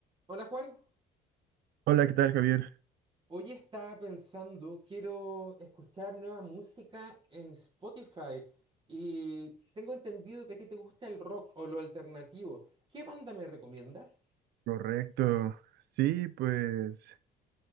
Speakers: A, on the right; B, on the right.
A: Hola Juan,
B: Hola, ¿qué tal, Javier?
A: hoy estaba pensando, quiero escuchar nueva música en Spotify y tengo entendido que a ti te gusta el rock o lo alternativo. ¿Qué banda me recomiendas?
B: Correcto. Sí, pues.